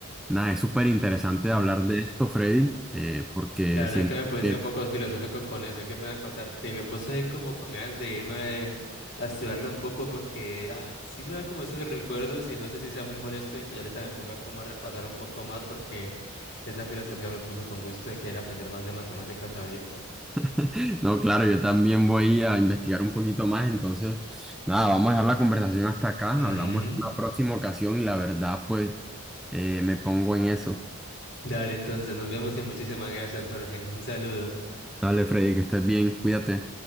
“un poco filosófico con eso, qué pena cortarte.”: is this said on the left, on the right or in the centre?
Left